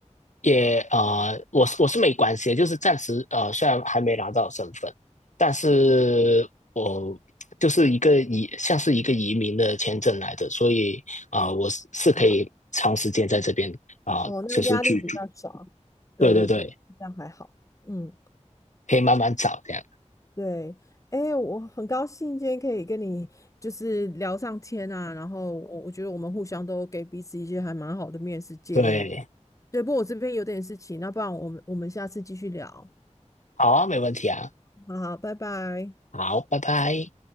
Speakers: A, on the left (about 75°); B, on the left (about 25°).
A: 也呃，我是我是没关系的，就是暂时呃，虽然还没拿到身份，但是我就是一个移，像是一个移民的签证来的，所以啊、呃我是是可以长时间在这边啊、
B: 还好。哦，
A: 呃就是居住。
B: 那压力比较少。对对对，
A: 对对对，
B: 这样还好。嗯，
A: 可以慢慢找这样。
B: 对。哎，我很高兴今天可以跟你就是聊上天啊，然后我我觉得我们互相都给彼此一些还蛮好的面试建议的。
A: 对，
B: 对，不过我这边有点事情，那不然我们我们下次继续聊。
A: 好啊，没问题啊，
B: 好好，拜拜。
A: 好，拜拜。